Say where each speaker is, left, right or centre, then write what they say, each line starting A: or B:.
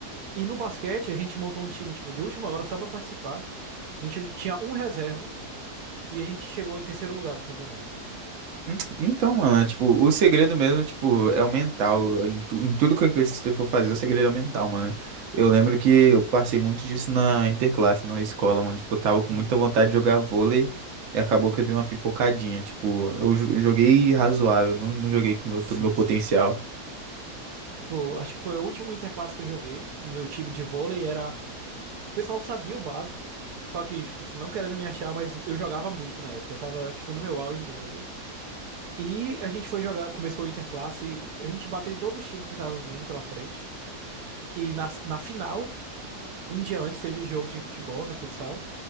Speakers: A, on the right; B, on the right.
A: E no basquete a gente montou um time tipo de última hora só pra participar. A gente tinha um reserva e a gente chegou em terceiro lugar do campeonato.
B: Hum, Então, mano, é, tipo, o segredo mesmo, tipo, é o mental. Em, tu- em tudo que você for fazer, o segredo é o mental, mano. Eu lembro que eu passei muito disso na interclasse, na escola, mano. Tipo, eu tava com
A: Uhum.
B: muita vontade de jogar vôlei e acabou que eu dei uma pipocadinha. Tipo, eu jo- joguei razoável, não, não joguei com
A: Sim,
B: todo o meu potencial.
A: sim. Tipo, acho que foi o último interclasse que eu joguei. Meu time de vôlei era O pessoal sabia o básico, só que, tipo, assim, não querendo me achar, mas eu jogava muito na época. Eu tava, tipo, no meu auge do vôlei. E a gente foi jogar, começou o Interclasse, a gente bateu em todos os times que estavam vindo pela frente. E na, na final, um dia antes, teve jogo de futebol, né, futsal.